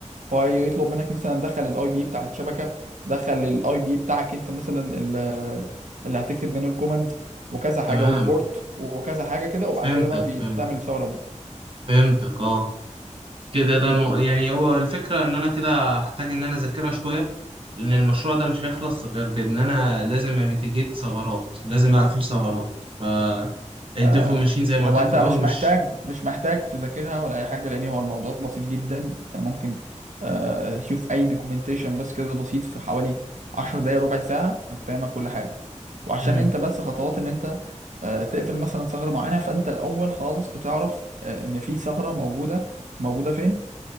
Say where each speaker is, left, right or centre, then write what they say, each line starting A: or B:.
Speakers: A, on the right; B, on the right.
A: فيطلب منك مثلا دخل الاي بي بتاع الشبكه دخل الاي بي بتاعك انت مثلا ال- اللي هتكتب منه الكوماند وكذا حاجه
B: تمام
A: والبورت وكذا حاجه كده وبعد
B: فهمتك
A: كده بقى بتعمل
B: فهمت
A: الثغره
B: فهمتك اه كده ده
A: دي
B: المو... يعني هو الفكرة إن أنا كده هحتاج إن أنا أذاكرها شوية لأن المشروع ده مش هيخلص غير بإن أنا لازم أميتيجيت ثغرات لازم أقفل ثغرات ف الديفو
A: آه،
B: ماشين زي ما
A: هو
B: قلت لك
A: انت
B: في الأول
A: مش محتاج
B: مش
A: مش محتاج تذاكرها ولا اي حاجه لان هو الموضوع بسيط جدا انت ممكن آه، تشوف اي دوكيومنتيشن بس كده بسيط في حوالي 10 دقايق ربع ساعه هتفهمك كل حاجه وعشان
B: مم.
A: انت بس خطوات ان انت آه، تقفل مثلا ثغره معينه فانت الاول خالص بتعرف آه، ان في ثغره موجوده موجوده فين